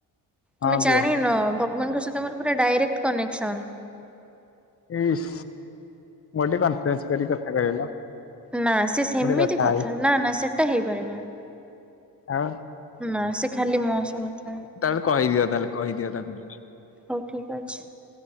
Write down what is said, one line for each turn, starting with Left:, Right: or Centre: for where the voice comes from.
Left: ହଁ
Centre: ତମେ
Left: କୁହ
Centre: ଜାଣିନ ଭଗବାନଙ୍କ ସତ ତମର ପୁରା ଡାଇରେକ୍ଟ କନେକ୍ସନ୍
Left: ଇସ୍ ଗଟେ କନ୍ଫରେନ୍ସ କରି କଥା କରେଇଲ।
Centre: ନା ସେ ସେମିତି
Left: ମୁଁ ଟିକେ
Centre: କଥା
Left: ହେବି
Centre: ନା ନା ସେଟା ହେଇ ପାରିବନି।
Left: ହଁ।
Centre: ନା ସେ ଖାଲି ମୋ ସହ କଥା
Left: ତାହେଲେ କହିଦିଅ ତାହେଲେ କହିଦିଅ ତାକୁ ଟିକେ
Centre: ହଉ ଠିକ ଅଛି